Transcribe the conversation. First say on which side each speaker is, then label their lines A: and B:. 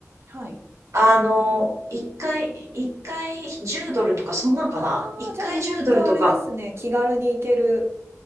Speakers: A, on the right; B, on the right.
A: はい。
B: あの、一回、一回10ドルとか、そんなんかな一回10ドルとか。
A: ああ、じゃあもう本当あれですね、気軽に行ける。